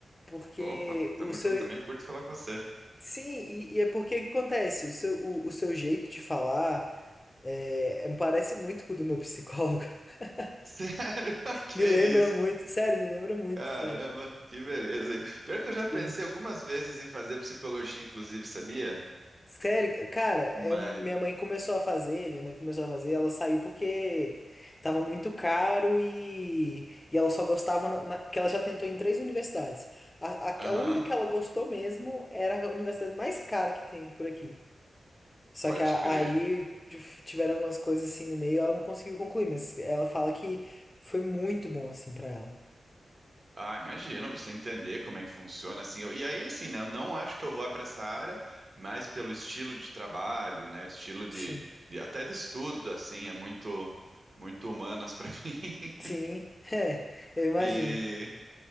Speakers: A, on the left; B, on the right.
A: Porque
B: Opa, tamo
A: o seu,
B: junto também. Curto falar com você. <laughs>
A: Sim, e, e é porque o que acontece? O seu, o, o seu jeito de falar é, é- parece muito com o do meu psicólogo. <laughs>
B: Sério? <laughs> Que
A: Me lembra
B: isso?
A: muito, sério, me lembra muito,
B: Caramba,
A: sério.
B: que beleza, hein? Pior que eu já pensei
A: Sim.
B: algumas vezes em fazer psicologia, inclusive, sabia?
A: Sério, cara,
B: Mas,
A: é um- minha mãe começou a fazer, minha mãe começou a fazer, ela saiu porque tava muito caro e, e ela só gostava, na, na- porque ela já tentou em três universidades. A, a,
B: aham,
A: a única que ela gostou mesmo era a universidade mais cara que tem por aqui. Só
B: pode
A: que a-
B: crer.
A: aí tif- tiveram algumas coisas assim no meio, ela não conseguiu concluir, mas ela fala que foi muito bom assim pra ela.
B: Ah, imagina, você entender como é que funciona assim. eu- E aí, assim, né? Eu não acho que eu vou para essa área, mas pelo estilo de trabalho, né? Estilo de,
A: Sim.
B: de até de estudo, assim, é muito, muito humanas <laughs> para mim.
A: Sim, <laughs> é, eu imagino.
B: E